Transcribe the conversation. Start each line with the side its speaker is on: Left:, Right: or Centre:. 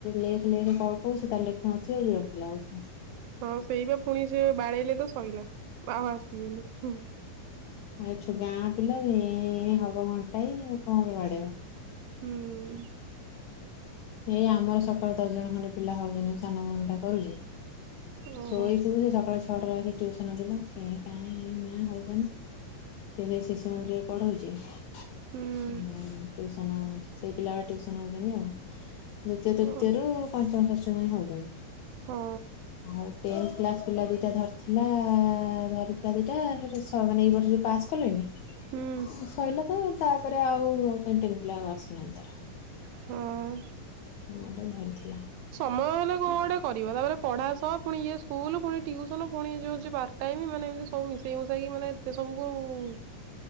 Left: ଲେଖ ଲେଖ କଣ ହୋଉଛି ତାହାଲେ ପହଞ୍ଚିଲେ ବେଳକୁ ବିରତି ଲାଗୁଚି।
Right: ହଁ ସେଇବା ପୁଣି ସେ ବାଡ଼େଇଲେତ ଶୋଇଲା ଆଉ ଆସିବେନି ହୁଁ।
Left: ଆଛୁ ଗାଁ ପିଲା ଇଁ ଇଁ ହବ ଘଣ୍ଟାଏ ଆଉ କଣ ବାଡେଇବ।
Right: ହୁଁ।
Left: ଏଇ ଆମର ସକାଳ ଦଶ ଜଣ ଖଣ୍ଡେ ପିଲା ହଉଛନ୍ତି ମୋ ସାନ ଭଉଣୀଟା କରୁଛି
Right: ଓହୋ।
Left: ସୋଇସୋଇ ସେ ସକାଳ ଛଟାରେ ଆସି ଟ୍ୟୁସନ ପିଲା କେ କାଁ ମେ ମା ହଉଛନ ସେସେ ଶିଶୁ ମନ୍ଦିରରେ ପଢଉଛି <unintelligible>
Right: ହୁଁ
Left: ଟିଉସ ତା ନା ସେଇ ପିଲା ଟିଉସନ ଅଉଛନ୍ତି ଆଉ ଦ୍ଵିତୀୟ ତୃତୀୟରୁ
Right: ଓ
Left: ପଞ୍ଚମ ଷଷ୍ଠ <inaudible> ହଉଛନ
Right: ହଁ
Left: ଆଉ ଟେନଥ୍ କ୍ଲାସ୍ ପିଲା ଦିଟା ଧରିଥିଲା ଧରିଥିଲା ଦିଟା ହେ ଛୁଆମାନେ ଏଇ ବର୍ଷ ଯୋଉ ପାସ୍ କଲେନି
Right: ହୁଁ
Left: ସଇଲା ତ ତାପରେ ଆଉ ପେଣ୍ଟିିଙ୍ଗ୍ ପିଲା ଆଉ ଆସୁନାହାନ୍ତି ତାର।
Right: ହଁ
Left: ନା ଗୋଟେ ଧରିଥିଲା।
Right: ମୟ ହେଲେ କଣ ଗୋଟେ କରିବ, ତାପରେ ପଢା ସହ ପୁଣି ଇଏ ସ୍କୁଲ୍ ପୁଣି ଟିଉସନ ପୁଣି ଯୋଉ ପାର୍ଟ ଟାଇମ ମାନେ ଏମିତି ସବୁକୁ ମିଶେଇମୁଶାକି ମାନେ ଏତେ ସବୁକୁ‌ ମୁଁ